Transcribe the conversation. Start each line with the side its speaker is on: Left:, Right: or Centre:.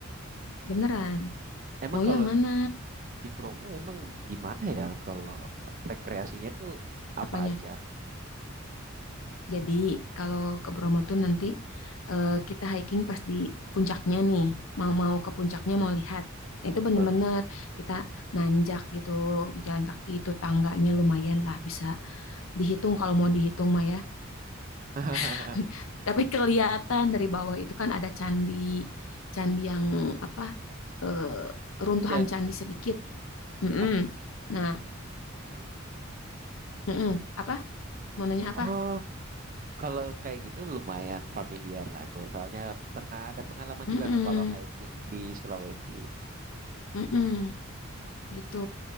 Left: Beneran.
Right: Emang
Left: Mau
Right: kalau
Left: yang mana?
Right: di Bromo emang gimana ya kalau rekreasinya tuh
Left: Apanya?
Right: apa aja?
Left: Jadi kalau ke Bromo tuh nanti eh, kita hiking pas di puncaknya nih. Mau-mau ke puncaknya mau lihat. Nah, itu bener-bener
Right: Betul.
Left: kita nanjak gitu jalan kaki itu tangganya lumayan lah bisa dihitung kalau mau dihitung mah ya.
Right: <laughs>
Left: <laughs> Tapi kelihatan dari bawah itu kan ada candi candi yang apa eh, runtuhan
Right: Dan
Left: candi sedikit. Mm-mm.
Right: aku,
Left: Nah,
Right: hmm.
Left: mm-mm. Apa? Mau nanya apa?
Right: oh Kalau kayak gitu lumayan familiar lah aku. Soalnya pernah ada pengalaman
Left: Mm-mm.
Right: juga ke kalau hiking di Sulawesi.
Left: Mm-mm. gitu.